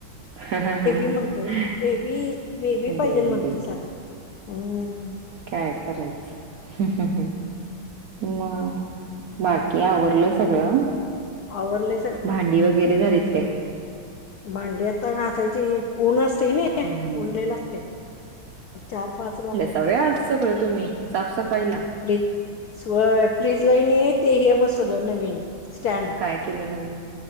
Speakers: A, on the right; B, on the left.
A: <unintelligible>
B: म्हणतो बेबी बेबी पाहिजे
A: बेबी
B: म्हणते सारखं हम्म
A: काय करायचं? मग बाकी आवरलं सगळं?
B: आवरलय.
A: भांडी वगैरे झालीत काय?
B: भांड्यात ता घासायची, ऊन असतय नी
A: हम्म.
B: ऊन लई लागतय, चार पाच ला
A: नव्हे आज सगळं तुम्ही साफसफाईला
B: फ्रीज व्हय फ्रीजला ना, कणी ते बसवलं नवीन स्टँड
A: काय केलं नवीन?